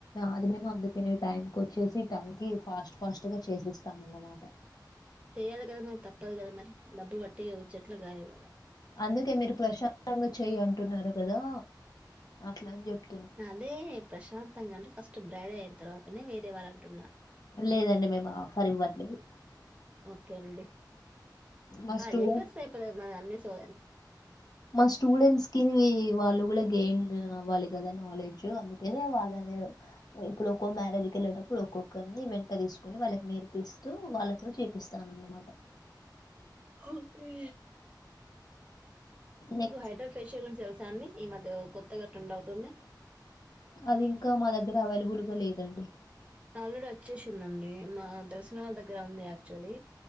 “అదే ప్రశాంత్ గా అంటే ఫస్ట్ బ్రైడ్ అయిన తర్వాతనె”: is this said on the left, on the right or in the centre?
Right